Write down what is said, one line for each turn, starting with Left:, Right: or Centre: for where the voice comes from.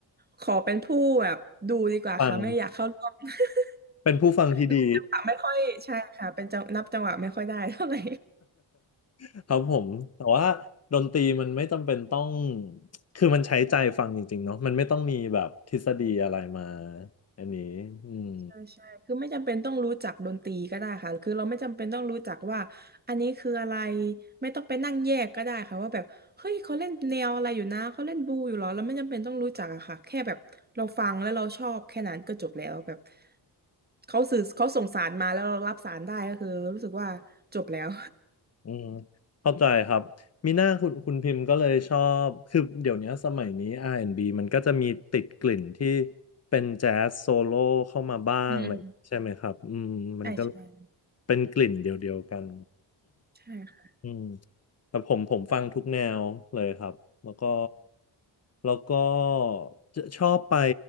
Right: ขอเป็นผู้แบบดูดีกว่าค่ะไม่อยากเข้าร่วม
Left: ฟัง
Right: <laughs>
Left: เป็นผู้ฟังที่ดี
Right: นับจังหวะไม่ค่อยใช่ค่ะเป็นจังนับจังหวะไม่ค่อยได้เท่าไหร่
Left: <laughs> ครับผมแต่ว่าดนตรีมันไม่จำเป็นต้องคือมันใช้ใจฟังจริงๆเนาะมันไม่ต้องมีแบบทฤษฎีอะไรมาอันนี้อืม
Right: ใช่ใช่ คือไม่จำเป็นต้องรู้จักดนตรีก็ได้ค่ะคือเราไม่จำเป็นต้องรู้จักว่าอันนี้คืออะไรไม่ต้องไปนั่งแยกก็ได้ค่ะว่าแบบเฮ้ยเขาเล่นแนวอะไรอยู่นะเขาเล่นบลูอยู่เหรอเราไม่จำเป็นต้องรู้จักอะค่ะแค่แบบเราฟังแล้วเราชอบแค่นั้นก็จบแล้วแบบเขาสื่อเขาส่งสารมาแล้วเรารับสารได้ก็คือรู้สึกว่าจบแล้ว
Left: อืมเข้าใจครับมีหน้าคุณคุณพิมพ์ก็เลยชอบคือเดี๋ยวนี้สมัยนี้ R&B มันก็จะมีติดกลิ่นที่เป็นแจ๊สโซโล่เข้ามาบ้างอะไรอย่างงี้ใช่ไหมครับอืมมันก็
Right: <laughs> อืม <laughs> ใช่ใช่
Left: เป็นกลิ่นเดียวๆกัน
Right: ใช่ค่ะ
Left: อืมแต่ผมผมฟังทุกแนวเลยครับแล้วก็แล้วก็จะชอบไป